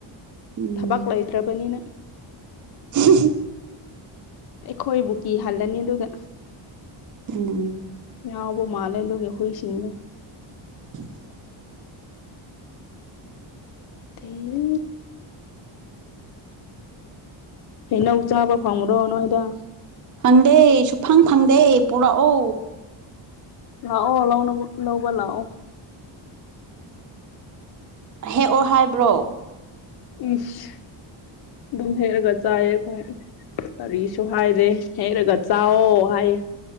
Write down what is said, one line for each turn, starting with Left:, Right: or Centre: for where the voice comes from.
Right: ꯎꯝ
Left: ꯊꯕꯛ ꯂꯩꯇ꯭ꯔꯕꯅꯤꯅ
Right: <unintelligible>
Left: ꯑꯩꯈꯣꯏꯕꯨ ꯀꯤꯍꯜꯂꯅꯤ ꯑꯗꯨꯒ
Right: ꯎꯝ
Left: ꯉꯥꯎꯕ ꯃꯥꯜꯂꯦ ꯑꯗꯨꯒꯤ ꯍꯨꯏꯁꯤꯡꯅꯦ
Right: <unintelligible>
Left: ꯇꯦꯔꯦ ꯍꯩꯅꯧ ꯆꯥꯕ ꯐꯪꯕ꯭ꯔꯣ ꯅꯣꯏꯗ
Right: ꯐꯪꯗꯦ ꯁꯨꯐꯪ ꯐꯪꯗꯦ ꯄꯨꯔꯛꯑꯣ
Left: ꯂꯥꯛꯑꯣ ꯂꯧꯅꯕ ꯂꯧꯕ ꯂꯥꯛꯑꯣ
Right: ꯍꯦꯛꯑꯣ ꯍꯥꯏꯕ꯭ꯔꯣ
Left: ꯏꯁ ꯑꯗꯨꯝ ꯍꯦꯛꯑꯒ ꯆꯥꯏꯌꯦ ꯑꯩꯈꯣꯏ ꯀꯔꯤꯁꯨ ꯍꯥꯏꯔꯦ ꯍꯦꯛꯔꯒ ꯆꯥꯎꯋꯣ ꯍꯥꯏꯌꯦ